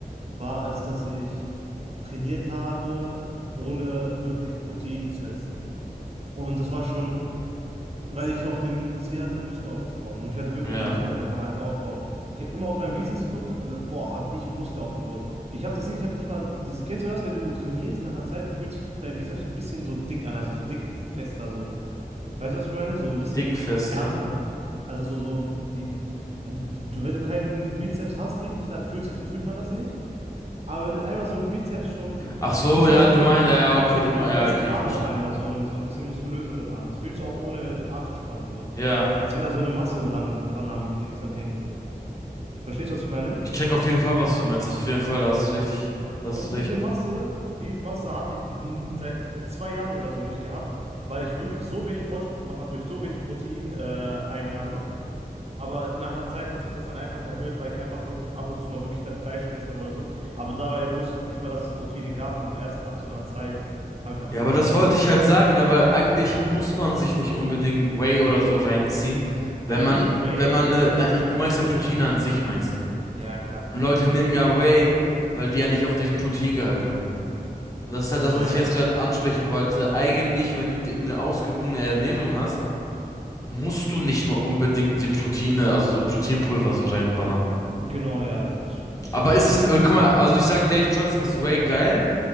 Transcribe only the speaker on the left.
ja.
Dickfester.
Ach so,
ja,
du
meinst, ja,
okay,
du
meinst,
ja,
okay,
ich verstehe.
Ja.
Ich check auf jeden Fall, was du meinst. Auf jeden Fall, da hast du recht. Da hast
du recht.
Ja,
aber das wollte ich halt sagen, ne, weil eigentlich muss man sich nicht unbedingt Whey oder so reinziehen, wenn
man,
wenn man ne, na,
ich,
du meinst ja Proteine an sich, meinst du.
Und Leute nehmen ja Whey, weil die ja nicht auf diesen Proteingehalt kommen. Und das ist
halt
das, was
ich jetzt
gerade
ansprechen wollte. Eigentlich, wenn du di- eine ausgewogene Ernährung hast, musst du nicht mal unbedingt die Proteine, also so Proteinpulver so reinballern.
Aber
ist es,
äh,
guck mal,
also ich sag dir, ich trotzdem ist Whey geil,